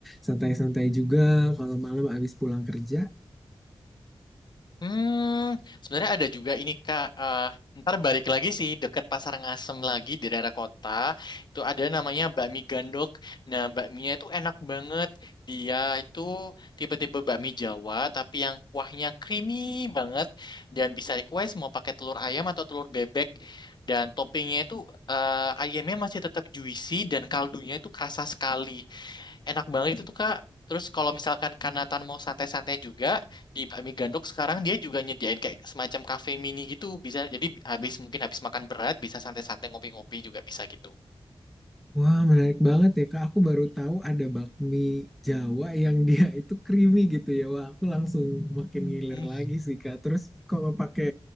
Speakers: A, in the centre; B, on the left.
A: santai-santai juga. Kalau malam abis pulang kerja
B: Hmm, sebenarnya ada juga ini Kak. Eh, ntar balik lagi sih deket Pasar Ngasem lagi di daerah kota. Itu ada namanya bakmi gandok. Nah, bakminya itu enak banget. Dia itu tipe-tipe bakmi Jawa tapi yang kuahnya creamy banget dan bisa request mau pakai telur ayam atau telur bebek. Dan toppingnya itu eh, ayamnya masih tetap juicy dan kaldunya itu kerasa sekali. Enak banget itu tuh Kak. Terus kalau misalkan Kanatan mau santai-santai juga di Bakmi Gandok sekarang dia juga nyediain kayak semacam kafe mini gitu bisa jadi habis mungkin habis makan berat bisa santai-santai ngopi-ngopi juga bisa gitu.
A: Wah, menarik banget ya, Kak. Aku baru tahu ada bakmi Jawa yang <laughs> dia itu creamy gitu ya. Wah, aku langsung makin ngiler
B: Hmm,
A: lagi sih, Kak. Terus kalau pakai